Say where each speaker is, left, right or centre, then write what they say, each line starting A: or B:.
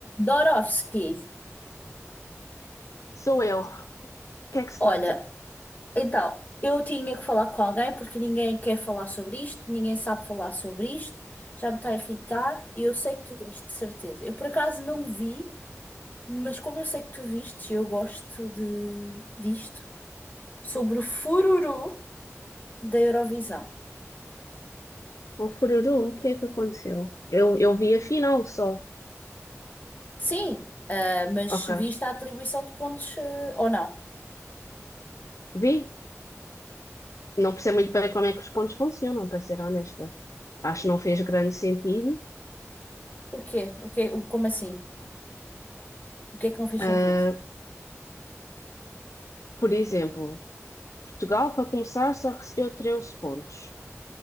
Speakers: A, on the left (about 35°); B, on the left (about 80°).
A: Dorofsky,
B: Sou eu. O que é que se
A: olha,
B: passa?
A: então, eu tinha que falar com alguém porque ninguém quer falar sobre isto, ninguém sabe falar sobre isto, já me está a irritar e eu sei que tu viste, de certeza. Eu por acaso não vi, mas como eu sei que tu viste, eu gosto de disto, sobre o fururu da Eurovisão.
B: O Fururu, o que é que aconteceu? Eu, eu vi a final só.
A: Sim, ah, mas
B: Ok.
A: viste a atribuição de pontos, eh, ou não?
B: Vi. Não percebo muito bem como é que os pontos funcionam, para ser honesta. Acho que não fez grande sentido.
A: Porquê? O que, o- como assim? O que é que não fez sentido?
B: Ah, Por exemplo, Portugal, para começar, só recebeu 13 pontos.